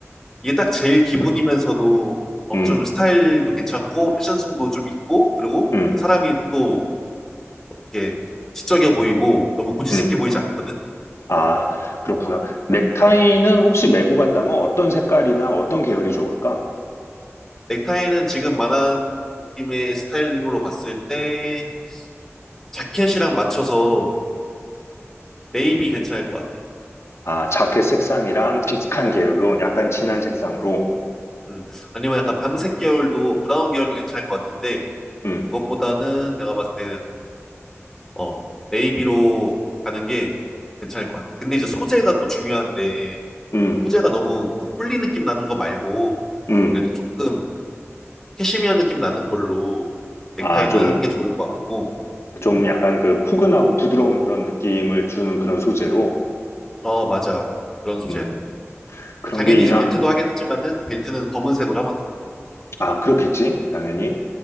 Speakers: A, in the centre; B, on the left.
A: 이게 딱 제일 기본이면서도 어,
B: 음,
A: 좀 스타일도 괜찮고 패션성도 좀 있고 그리고
B: 음,
A: 사람이 또 이렇게 지적해 보이고 너무 고지식해
B: 음,
A: 보이지 않거든.
B: 아,
A: 음.
B: 그렇구나. 넥타이는 혹시 메고 간다면 어떤 색깔이나 어떤 계열이 좋을까?
A: 넥타이는 지금 말한 느낌의 스타일링으로 봤을 때 자켓이랑 맞춰서 네이비 괜찮을 것 같아.
B: 아, 자켓 색상이랑 비슷한 계열로
A: 음.
B: 약간 진한 색상으로,
A: 음. 아니면 약간 밤색 계열도 브라운 계열도 괜찮을 것 같은데
B: 음,
A: 그것보다는 내가 봤을 때 어, 네이비로 가는 게 괜찮을 것 같아. 근데 이제 소재가 또 중요한데
B: 음,
A: 소재가 너무 그 폴리 느낌 나는 거 말고
B: 음,
A: 그래도 조금 캐시미어 느낌 나는 걸로 넥타이는
B: 아, 좀
A: 하는 게 좋을 것 같고.
B: 좀
A: 음.
B: 약간 그 포근하고 부드러운 그런 느낌을 주는 그런 소재로,
A: 어, 맞아. 그런 소재로.
B: 음,
A: 뭐
B: 그런
A: 당연히
B: 게 있나?
A: 이제 벨트도 하겠지만은 벨트는 검은색으로 하면 돼요.
B: 아, 그렇겠지, 당연히.